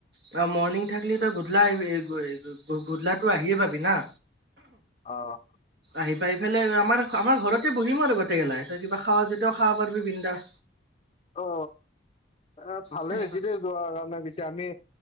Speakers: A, on the right; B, on the left.
A: ত মৰ্ণিং থাকিলি তই গোধলা আহিবি গধলাটো আহিয়ে পাবি না।
B: অ'।
A: আহি পাই ইফালে আমাৰ আমাৰ ঘৰতে বহিম আৰু গোটেইগেলা তই কিবা খাৱা যেতিয়াও খাব পাৰিবি বিন্দাছ।
B: অ, এ ভালে
A: সেনেকা
B: হৈছে দে। লোৱাৰ কাৰণে পিছে আমি